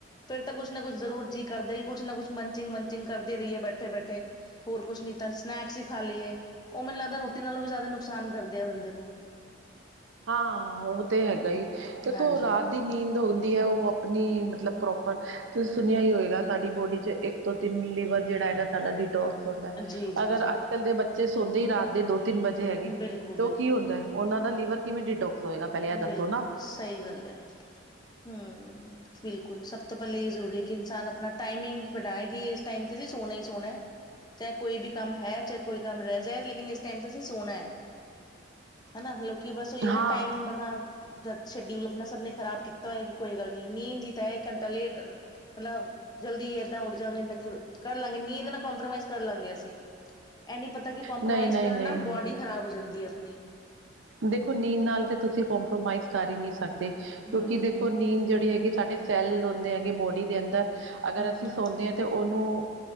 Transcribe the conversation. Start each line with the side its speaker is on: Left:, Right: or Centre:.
Left: ਫਿਰ ਤਾਂ ਕੁਛ ਨਾ ਕੁਛ ਜ਼ਰੂਰ ਜੀਅ ਕਰਦਾ ਹੀ ਕੁਛ ਨਾ ਕੁਛ ਮੰਚਿੰਗ ਮੰਚਿੰਗ ਕਰਦੇ ਰਹੀ ਹੈ ਬੈਠੇ ਬੈਠੇ ਹੋਰ ਕੁਛ ਨ ਤਾਂ ਸਨੈਕਸ ਹੀ ਖਾ ਲਈਏ ਉਹ ਮੈਨੂੰ ਲੱਗਦਾ ਰੋਟੀ ਨਾਲੋਂ ਵੀ ਜ਼ਿਆਦਾ ਨੁਕਸਾਨ ਕਰਦੇ ਆ ਬੰਦੇ ਨੂੰ
Right: ਹਾਂ ਉਹ ਤੇ ਹੈਗਾ ਦੇਖੋ
Left: ਹਾਂਜੀ।
Right: ਰਾਤ ਦੀ ਨੀਂਦ ਹੋ ਹੈ ਉਹ ਆਪਣੀ ਮਤਲਬ ਪ੍ਰੋਪਰ ਸੁਣਿਆ ਹੀ ਹੋਵੇਗਾ ਸਾਡੀ ਬੋਡੀ 'ਚ ਇੱਕ ਤੋਂ ਤਿੰਨ ਲੀਵਰ ਜਿਹੜਾ ਹੈਗਾ ਸਾਡਾ ਡਿਟੋਕਸ ਦਾ
Left: ਜੀ-ਜੀ-ਜੀ
Right: ਅਗਰ ਅੱਜ
Left: ਬਿਲਕੁਲ-ਬਿਲਕੁਲ,
Right: ਕੱਲ ਦੇ ਬੱਚੇ ਸੌਦੇ ਹੀ ਰਾਤ ਦੇ ਦੋ ਤਿੰਨ ਵਜੇ ਹੈਗੇ
Left: ਬਿਲਕੁਲ
Right: ਤੇ ਉਹ ਕੀ ਹੁੰਦਾ ਉਹ ਦਾ ਲੀਵਰ ਕਿਵੇਂ ਡਿਟੋਕਸ ਹੋਏਗਾ ਪਹਿਲੇ ਇਹ ਦੱਸੋ
Left: ਬਿਲਕੁਲ
Right: ਨਾ
Left: ਸਹੀ ਗੱਲ ਹੈ। ਹੂ ਬਿਲਕੁਲ ਸਭ ਤੋਂ ਪਹਿਲਾਂ ਇਹ ਜ਼ਰੂਰੀ ਹੈ ਕਿ ਇਨਸਾਨ ਆਪਣਾ ਟਮਿੰਗ ਬਣਾਏ ਕਿ ਇਸ ਟਮ ਤੇ ਸੋਨਾ ਹੀ ਸੋਨਾ ਹੈ। ਚਾਹੇ ਕੋਈ ਵੀ ਕੰਮ ਹੈ ਚਾਹੇ ਕੋਈ ਕੰਮ ਰਹਿ ਜਾਏ ਲੇਕਿਨ ਇਸ ਟਾਈਮ ਤਾਂ ਅਸੀਂ ਸੋਹਣਾ ਹੈ।
Right: <inaudible>
Left: ਹਨਾ ਲੋਕੀ ਬਸ ਹੋਈ
Right: ਹਾਂ
Left: ਨਾ ਟਾਈਮ ਆਪਣਾ ਜਦ ਸ਼ਡਿਊਲ ਆਪਣਾ ਸਭ ਨੇ ਖ਼ਰਾਬ ਕੀਤਾ ਹੋਇਆ ਕਿ ਕੋਈ ਗੱਲ ਨੀ ਨੀਂਦ ਦੀ ਤਾਂ ਇੱਕ ਘੰਟਾ ਲੇਟ ਪਲੱਬ ਜਲਦੀ ਏਦਾਂ ਉੱਡ ਜਾਂਗੇ ਕਰ ਲਵਾਂਗੇ ਨੀਂਦ ਨਾਲ ਕੰਪਰੋਮਾਈਜ਼ ਕਰ ਲਾਂਗੇ ਅਸੀਂ ਇਹ ਨ ਪਤਾ ਕਿ ਕੰਪਰੋਮਾਈਜ਼
Right: ਨਹੀਂ ਨਹੀਂ
Left: ਕਰਨ
Right: ਨਹੀਂ
Left: ਨਾ ਬੋਡੀ ਖ਼ਰਾਬ ਹੋ ਜਾਂਦੀ ਹੈ ਆਪਣੀ
Right: ਦੇਖੋ ਨੀਂਦ ਨਾਲ ਤਾਂ ਤੁਸੀਂ ਕੰਪਰੋਮਾਈਜ਼ ਕਰ ਹੀ ਨਹੀਂ ਸਕਦੇ
Left: ਹਮ
Right: ਕਿਉਂਕਿ ਦੇਖੋ ਨੀਂਦ ਜਿਹੜੀ ਹੈਗੀ ਸਾਡੇ ਸੈਲ ਹੁੰਦੇ ਹੈਗੇ ਬੋਡੀ ਦੇ ਅੰਦਰ ਅਗਰ
Left: ਹਮ
Right: ਅਸੀਂ
Left: ਹਮ
Right: ਸੌਦੇ ਹਾਂ ਤੇ ਉਹਨੂੰ